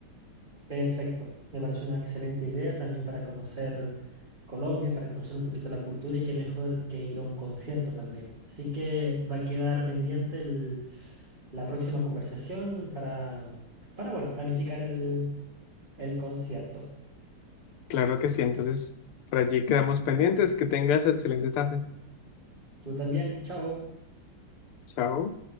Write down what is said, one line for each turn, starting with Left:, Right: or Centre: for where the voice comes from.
Right: <laughs> Perfecto, me parece una excelente idea también para conocer Colombia, para conocer un poquito la cultura y qué mejor que ir a un concierto también. Así que va a quedar pendiente el- la próxima conversación para, para bueno, planificar el, el concierto.
Left: Claro que sí, entonces por allí quedamos pendientes. Que tengas excelente tarde.
Right: Tú también, chao.
Left: Chao.